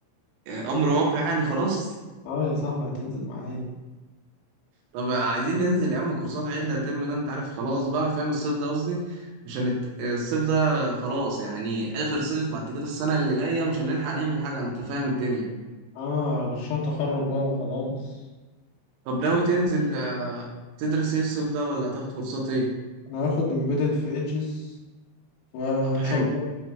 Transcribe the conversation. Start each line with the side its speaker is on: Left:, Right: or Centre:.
Right: امر واقع يعني خلاص
Left: اه يا صاحبي هتنزل معايا
Right: طب عايزين ننزل يا عم كورسات عدلة ترم ده انت عارف خلاص بقى فاهم الصيف ده قصدي عشان الت- الصيف ده خلاص يعني اخر صيف بعد كده السنة اللي جاية مش هنلحق نعمل حاجة انت فاهم الدنيا
Left: اه مشروع تخرج بقى وخلاص
Right: طب ناوي تنزل آه، تدرس ايه الصيف ده ولا هتاخد كورسات ايه
Left: انا هاخد امبيدد في ايدجز وان
Right: طب حلو
Left: شاء الله